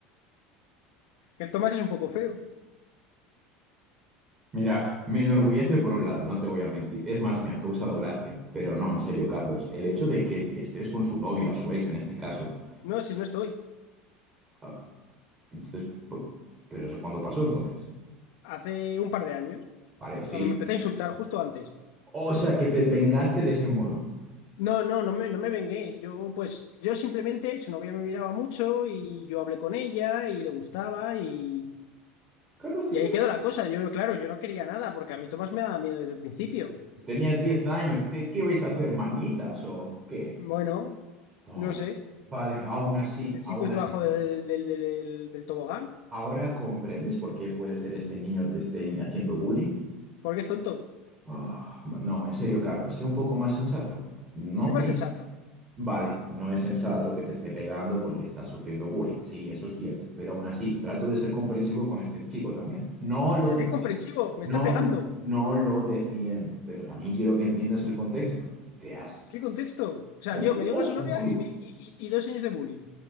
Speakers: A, on the left; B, on the right.
A: El Tomás es un poco feo.
B: Mira, me enorgullece por un lado, no te voy a mentir. Es más, me ha causado gracia. Pero no, en serio, Carlos, el hecho de que estés con su novia o su ex en este caso.
A: No, si no estoy.
B: ah, Entonces, p- ¿pero eso cuando pasó entonces?
A: Hace un par de años,
B: Vale, sí.
A: cuando me empecé a insultar justo antes.
B: O sea, que te vengaste de ese modo.
A: No, no, no me, no me vengué. Yo, pues, yo simplemente, su novia me miraba mucho y yo hablé con ella y le gustaba y,
B: Carlos, tenías,
A: y ahí quedó la cosa. Yo, claro, yo no quería nada porque a mí Tomás me daba miedo desde el principio.
B: tenías 10 años. ¿Qué, qué vais a hacer, manitas o qué?
A: Bueno,
B: Oh,
A: no sé.
B: vale, aún así,
A: Los besitos
B: aún así.
A: debajo del, del, del, del del tobogán,
B: ¿Ahora comprendes por qué puede ser este niño te esté haciendo bullying?
A: porque es tonto.
B: Ah, no, en serio, Carlos, sé un poco más sensato. No
A: ¿Qué más
B: cre-
A: sensato?
B: Vale, no es sensato que te esté pegando porque estás sufriendo bullying. Sí, eso es cierto. Pero aún así, trato de ser comprensivo con este chico también. No lo
A: Pero
B: defiendo.
A: qué comprensivo, me
B: No,
A: está pegando.
B: lo- no lo defiendo. Pero también quiero que entiendas el contexto. Te has.
A: ¿Qué contexto? O sea,
B: te has
A: yo
B: quitado
A: me ligo a su
B: su
A: novia
B: móvil.
A: y, me, y, y- y dos años de bullying.